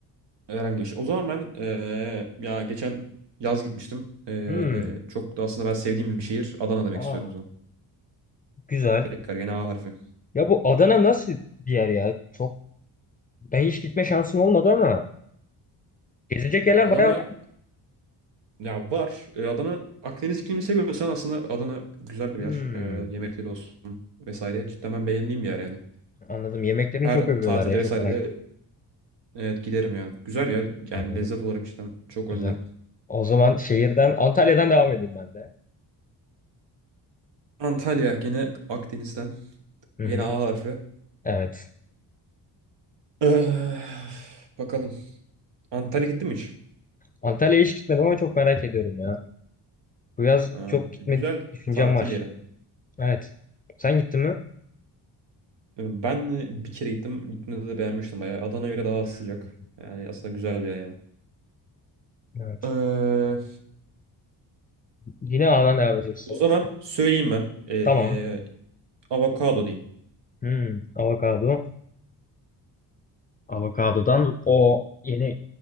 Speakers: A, on the right (about 70°); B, on the left (about 20°).
A: Herhangi bir şey. O zaman ben eee, ya geçen yaz gitmiştim. Eee,
B: Hmm.
A: çok da aslında ben sevdiğim bir şehir. Adana demek
B: Aa,
A: istiyorum o zaman.
B: güzel.
A: Tekrar gene A harfi.
B: Ya bu Adana nasıl bir yer ya? Çok ben hiç gitme şansım olmadı ama gezilecek
A: Ya
B: yerler
A: Adana
B: bayağı
A: ya var. E, Adana Akdeniz iklimini seviyorsan aslında Adana güzel bir
B: Hmm,
A: yer. Eee yemekleri olsun vesaire. Cidden ben beğendiğim bir yer yani.
B: anladım. Yemeklerini
A: Her
B: çok övüyorlar
A: tatilde
B: ya. Çok
A: vesaire
B: merak
A: de
B: ettim.
A: evet giderim yani. Güzel yer Yani
B: Anladım.
A: lezzet olarak cidden çok önde.
B: Güzel. O zaman şehirden, Antalya'dan devam edeyim ben de.
A: Antalya gene Akdeniz'den.
B: Hı
A: Yine
B: hı.
A: A harfi.
B: Evet.
A: Eh, bakalım. Antalya gittin mi hiç?
B: Antalya'ya hiç gitmedim ama çok merak ediyorum ya. Bu yaz
A: Ha,
B: çok gitme
A: güzel
B: düşüncem
A: tatil
B: var.
A: yeri.
B: Evet. Sen gittin mi?
A: Ee, Ben bir kere gittim. Gittiğimde de beğenmiştim bayağı. Adana'ya göre daha az
B: Hmm,
A: sıcak. Yani aslında güzel bir yer yani.
B: Evet.
A: Ee,
B: Yine A'dan devam ediyoruz sanırım.
A: o zaman söyleyeyim ben. Ee,
B: Tamam.
A: avokado diyeyim.
B: Hmm, avokado. Avokadodan o yeni